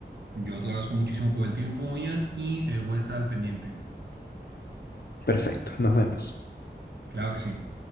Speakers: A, on the right; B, on the left.
A: Yo te lo agradezco muchísimo por el tiempo, Ian, y eh, voy a estar al pendiente.
B: Perfecto, nos vemos.
A: Claro que sí.